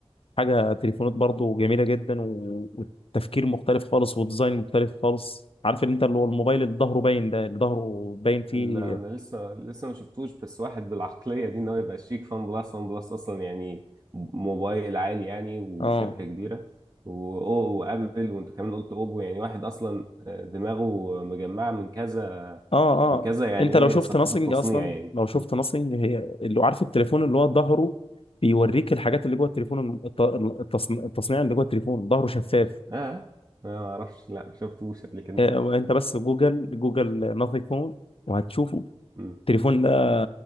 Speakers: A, on the left; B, on the right.
A: حاجة تليفونات برضه جميلة جدا و... والتفكير مختلف خالص وديزاين مختلف خالص عارف ان انت اللي هو الموبايل اللي ظهره باين ده اللي ظهره باين فيه
B: لا انا لسه لسه ما شفتوش بس واحد بالعقليه دي ان هو يبقى شريك فان بلس وان بلس اصلا يعني موبايل عالي يعني وشركه
A: اه
B: كبيره و- وابل وانت كمان قلت اوبو يعني واحد اصلا آه، دماغه مجمعه من كذا
A: اه
B: من
A: اه
B: كذا يعني
A: انت
B: إيه
A: لو شفت
B: ثقافه
A: ناصينج
B: تصنيع
A: اصلا
B: يعني
A: لو شفت
B: م.
A: ناصينج هي اللي عارف التليفون اللي هو ظهره بيوريك الحاجات اللي جوه التليفون الت- التصن- التصنيع اللي جوه التليفون ظهره شفاف
B: اه أنا ما اعرفش لا ما شفتوش قبل كده
A: آه، انت بس جوجل جوجل ناثينج فون وهتشوفه
B: م.
A: التليفون ده